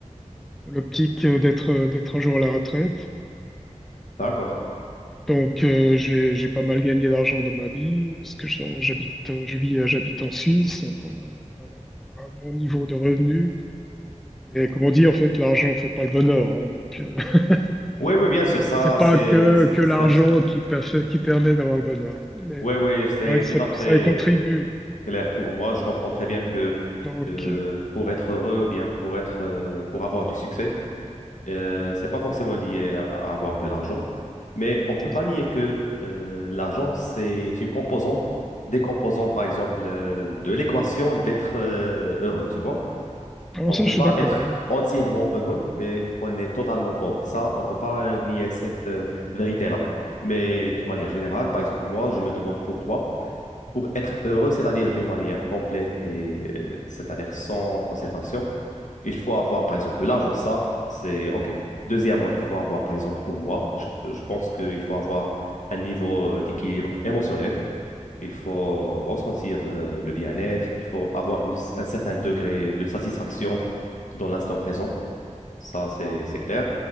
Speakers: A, in the centre; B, on the left.
A: L'optique euh, d'être, d'être un jour à la retraite.
B: D'accord.
A: Donc, euh, j'ai, j'ai pas mal gagné d'argent dans ma vie parce que je- j'habite, euh, je vis, euh, j'habite en Suisse, donc on a, on a- on a un bon niveau de revenus. Mais comme on dit, en fait, l'argent fait pas le bonheur. hein. donc, euh, <laughs>
B: Oui, oui, bien sûr, ça,
A: c'est pas
B: c'est,
A: que,
B: c'est
A: que
B: c'est
A: l'argent
B: un...
A: qui, perfe- qui permet d'avoir le bonheur, mais
B: Oui, oui, c'est
A: c'est vrai que ça,
B: tout à fait
A: ça y contribue.
B: euh, clair pour moi. Je comprends très bien que
A: Donc,
B: euh,
A: euh,
B: pour être heureux ou bien pour être, euh, pour avoir du succès, Euh, c'est pas forcément lié à à avoir de l'argent, mais on peut
A: exact.
B: pas nier que euh, l'argent, c'est une composante, des composantes, par exemple, euh, de l'équation d'être euh, heureux, tu vois.
A: Alors
B: On
A: ça,
B: peut
A: je suis
B: pas
A: d'accord.
B: être
A: ouais.
B: entièrement
A: Mm-hmm.
B: heureux, mais on est totalement pauvre. Ça, on peut pas euh, nier cette euh, vérité-là. Mais d'une manière générale, par exemple, moi, je me demande pour toi, pour être heureux, c'est-à-dire d'une manière complète et euh, c'est-à-dire sans conservation, il faut avoir, par exemple, de l'argent. Ça, c'est OK. Deuxièmement, il faut avoir, par exemple, pour moi, je, je pense qu'il faut avoir un niveau euh, d'équilibre émotionnel. Il faut ressentir euh, le bien-être. Il faut avoir une- un certain degré de satisfaction dans l'instant présent. Ça, c'est, c'est clair.